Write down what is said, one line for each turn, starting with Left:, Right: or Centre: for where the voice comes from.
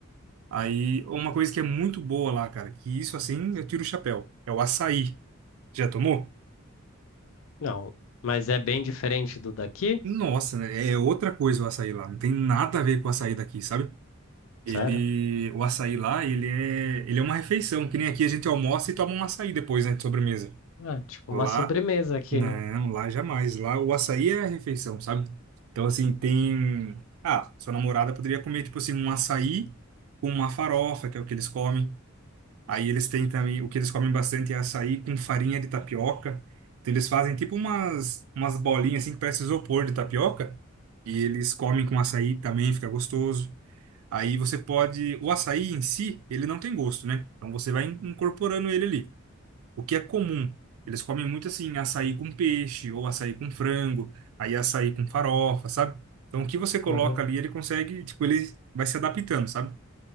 Right: Aí, uma coisa que é muito boa lá, cara, que isso assim eu tiro o chapéu, é o açaí. Já tomou?
Left: Não, mas é bem diferente do daqui?
Right: Nossa, né? É outra coisa o açaí lá. Não tem nada a ver com o açaí daqui, sabe? Ele,
Left: Sério?
Right: o açaí lá, ele é, ele é uma refeição, que nem aqui a gente almoça e toma um açaí depois, né, de sobremesa.
Left: Ah, tipo
Right: Lá,
Left: uma sobremesa aqui,
Right: não,
Left: né?
Right: lá jamais. Lá o açaí é a refeição, sabe? Então, assim, tem. Ah, sua namorada poderia comer, tipo assim, um açaí com uma farofa, que é o que eles comem. Aí eles têm também, o que eles comem bastante é açaí com farinha de tapioca. Então eles fazem tipo umas, umas bolinhas assim que parece isopor de tapioca. E eles comem com açaí também, fica gostoso. Aí você pode, o açaí em si, ele não tem gosto, né? Então você vai in- incorporando ele ali. O que é comum. Eles comem muito assim, açaí com peixe, ou açaí com frango, aí açaí com farofa, sabe? Então o que você coloca
Left: Aham.
Right: ali, ele consegue, tipo, ele vai se adaptando, sabe?